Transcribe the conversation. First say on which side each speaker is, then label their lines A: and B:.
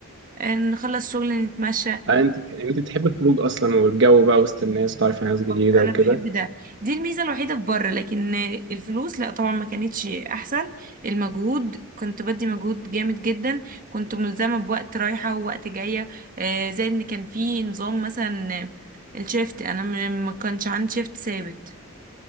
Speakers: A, on the right; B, on the right.
A: آه، نخلص شغل نتمشى
B: آه انت يعني انت تحب الخروج اصلا والجو بقى وسط الناس وتعرفي ناس
A: بالظبط.
B: جديدة
A: انا
B: وكده
A: بحب ده دي الميزه الوحيده في بره لكن الفلوس لا طبعا ما كانتش احسن المجهود كنت بدي مجهود جامد جدا كنت ملزمه بوقت رايحه ووقت جايه آه، زائد ان كان في نظام مثلا الشيفت انا م- ما كانش عندي شيفت ثابت